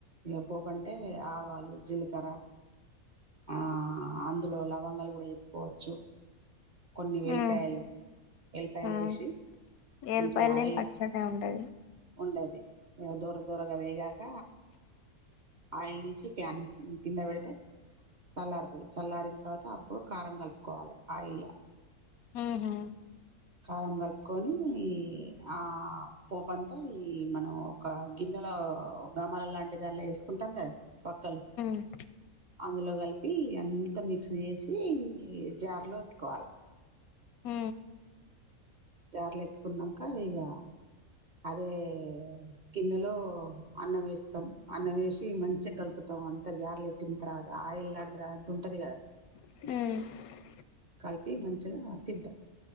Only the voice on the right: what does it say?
ఇక పోపంటే ఆవాలు, జీలకర్ర ఆ అందులో లవంగాలు కూడా వేసుకోవచ్చు కొన్ని
వెల్లిపాయలు, ఎల్లిపాయలు
వేసి
మంచిగా
ఆయిల్
ఉండది దోర దోరగా వేగాక ఆయిల్ తీసి ప్యాన్ ఉ కింద పెడితే చల్లారుతుంది చల్లారిన తర్వాత అప్పుడు కారం కలుపుకోవాలి ఆయిల్లా
కారం కలుపుకొని ఆ పోపన్ తాయి మనం ఒక గిన్నెలో గామాల లాంటి దానిలో వేసుకుంటాం కదా వక్కలు
అందులో కలిపి అంత మిక్స్ చేసి జార్లో ఎత్తుకోవాలి
జార్లో ఎత్తుకున్నాక ఇక అదే గిన్నెలో అన్నం వేస్తాం అన్నం వేసి మంచిగా కలుపుతాం అంత జార్లు ఎత్తిన తర్వాత ఆయిల్ లాంటిది అంత ఉంటది కదా
కలిపి మంచిగా తింటాం